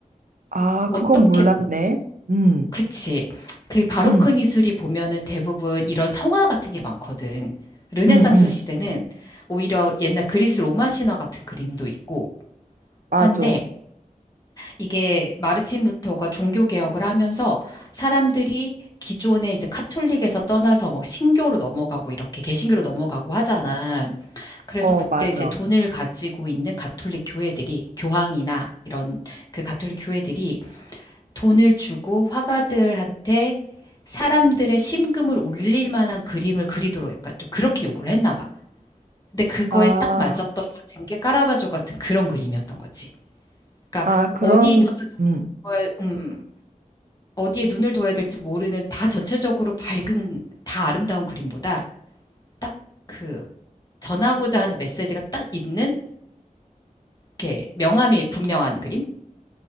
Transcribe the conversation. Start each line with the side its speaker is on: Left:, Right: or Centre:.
Right: 아
Left: 어떻게,
Right: 그건 몰랐네. 음,
Left: 그치. 그 바로크
Right: 음,
Left: 미술이 보면은 대부분 이런 성화 같은 게 많거든. 르네상스
Right: 음, 음.
Left: 시대는 오히려 옛날 그리스 로마 신화 같은 그림도 있고
Right: 맞아.
Left: 한데, 이게 마르틴 루터가 종교 개혁을 하면서 사람들이 기존에 이제 카톨릭에서 떠나서 막 신교로 넘어가고 이렇게 개신교로 넘어가고 하잖아. 그래서
Right: 어
Left: 그때
Right: 맞아.
Left: 이제 돈을 가지고 있는 가톨릭 교회들이 교황이나 이런 그 가톨릭 교회들이 돈을 주고 화가들한테 사람들의 심금을 울릴 만한 그림을 그리도록 약간 좀 그렇게 요구를 했나 봐. 근데 그거에
Right: 아,
Left: 딱 맞아떨어진 게 까라바조 같은 그런 그림이었던 거지. 그러니까
Right: 아 그럼
Left: 어디다가
Right: 음.
Left: 돈을 음, 어디에 눈을 둬야 될지 모르는 다 전체적으로 밝은 다 아름다운 그림보다 딱 그 전하고자 하는 메시지가 딱 있는 이렇게 명암이 분명한 그림?